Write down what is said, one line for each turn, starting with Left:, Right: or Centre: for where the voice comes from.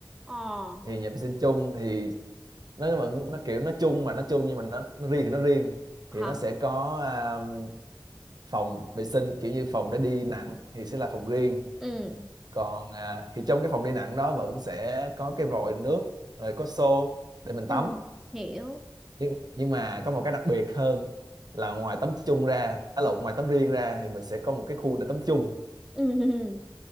Centre: ờ
Right: Thì nhà vệ sinh chung thì nó vẫn nó kiểu nó chung mà nó chung nhưng mà nó, nó riêng thì nó riêng. Thì
Centre: hả
Right: nó sẽ có à, phòng vệ sinh kiểu như phòng để đi nặng thì sẽ là phòng riêng.
Centre: ừ
Right: Còn à, thì trong cái phòng đi nặng đó vẫn sẽ có cái vòi nước rồi có xô để mình
Centre: ừ
Right: tắm.
Centre: hiểu
Right: Nhưng nhưng mà có một cái đặc biệt hơn là ngoài tắm chung ra, à lộn ngoài tắm riêng ra thì mình sẽ có một cái khu để tắm chung.
Centre: ừ ừ